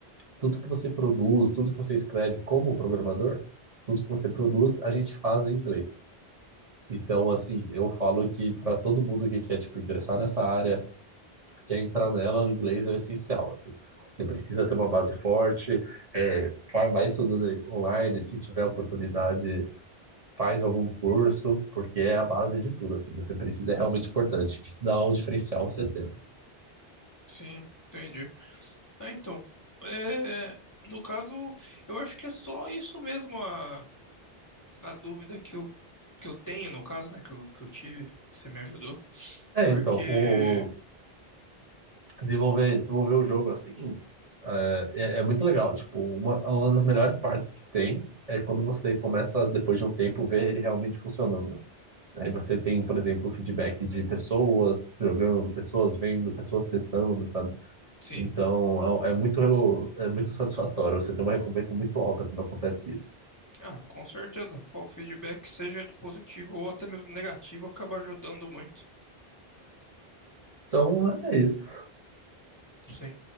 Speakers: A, on the right; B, on the left.
A: tudo que você produz, tudo que você escreve como programador, tudo que você produz, a gente faz em inglês. Então, assim, eu falo que para todo mundo que quer, tipo, ingressar nessa área, quer entrar nela, o inglês é o essencial, assim. Você precisa ter uma base forte, é, vai vai estudando aí online, se tiver oportunidade, faz algum curso, porque é a base de tudo, assim. Você precisa, é realmente importante, que isso dá um diferencial, você tem
B: sim, entendi. É, então, é, no caso, eu acho que é só isso mesmo a, a dúvida que eu, que eu tenho, no caso, né, que eu, que eu tive, que você me ajudou,
A: É,
B: porque,
A: então, o desenvolver, desenvolver o jogo, assim, é, é é muito legal. Tipo, uma, uma das melhores partes que tem é quando você começa, depois de um tempo, ver ele realmente funcionando. Aí você tem, por exemplo, o feedback de pessoas jogando, pessoas vendo, pessoas testando, sabe?
B: sim,
A: Então é, é muito, é muito satisfatório. Você tem uma recompensa muito alta quando acontece isso.
B: ah, com certeza, o feedback, seja positivo ou até mesmo negativo, acaba ajudando muito.
A: Então é isso.
B: Sim.